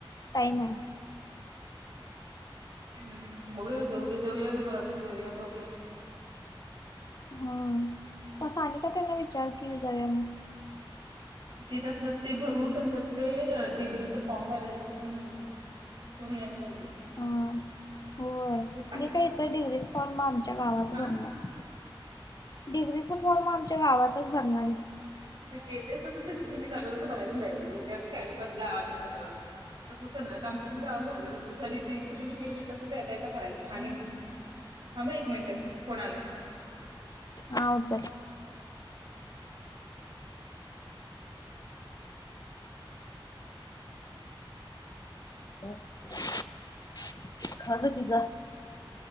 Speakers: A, on the left (about 45°); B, on the right (about 65°).
A: टाईम आहे
B: <unintelligible> ह भग दऊ ते दऊया का पररा तशी दऊया भोग्या
A: हा असं आणि का त्यांना विचार की जाव मग
B: ते तसच ते भरून तसच ते डिग्रीच फॉर्म भरायचं पण करून यायला पाहिजे
A: हा. होय मी
B: ते पण
A: का
B: भरायचंय
A: इतर डिग्री फॉर्म आमच्या गावात
B: हा.
A: भरणार डिग्रीच फर्म आमच्या गावातच बनणार
B: येते तस मी जाता जात भरायन जायचं त्याच खेळी पण गावाात जावा नाही आता आमच्या पण गावात भरयच इत तस याचा भरायच आणि थांब हा एक मिनट फोन आलाय.
A: हा उचल. <unintelligible> पिझ्झा